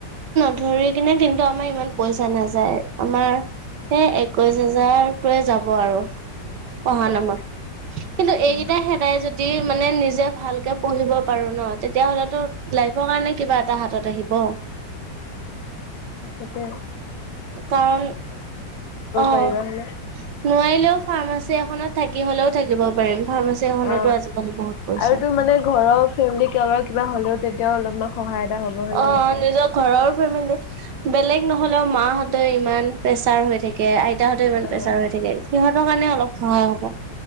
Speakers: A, on the right; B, on the left.
A: ধৰি কিনে কিন্তু আমাৰ ইমান পইচা নাযায় আমাৰ। সেই একৈশ হাজাৰটোৱে যাব আৰু। পঢ়া
B: অঁ
A: নম্বৰ কিন্তু
B: উম
A: এইকেইটা হেৰাই যদি। মানে নিজে ভালকে পঢ়িব পাৰো ন, তেতিয়া হলেতো লাইফৰ কাৰণে কিবা এটা হাতত আহিব।
B: তাকে
A: কাৰণ, অ নোৱাৰিলেও
B: পাৰিবা হয়নে
A: ফাৰ্মাচী এখনত থাকিব। শিকি হ'লেও থাকিব পাৰিম। ফাৰ্মাচী এখনতো
B: অহ
A: আজিকালি বহুত পইচা
B: আৰু তোৰ মানে ঘৰৰ ফেমিলি কাৰবাৰ কিবা হ'লেও তেতিয়াও অলপমান সহায়। এটা হ'ব হয়নে
A: অ
B: নাই
A: নিজৰ ঘৰৰ ফেমিলি। বেলেগ নহলেও মাহঁতে ইমান প্ৰেছাৰ হৈ থাকে আইতাহঁতেও ইমান
B: অঁ
A: প্ৰেছাৰ হৈ থাকে। সিহঁতৰ কাৰণে অলপ সহায় হ'ব।